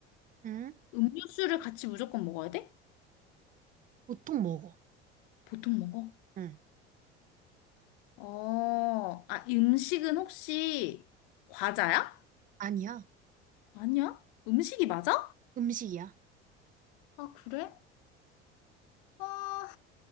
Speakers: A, on the right; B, on the left.
A: 응.
B: 음료수를 같이 무조건 먹어야 돼?
A: 보통 먹어.
B: 보통 먹어.
A: 응.
B: 어, 아, 이 음식은 혹시 과자야?
A: 아니야.
B: 아니야? 음식이 맞아?
A: 음식이야.
B: 아, 그래? 아,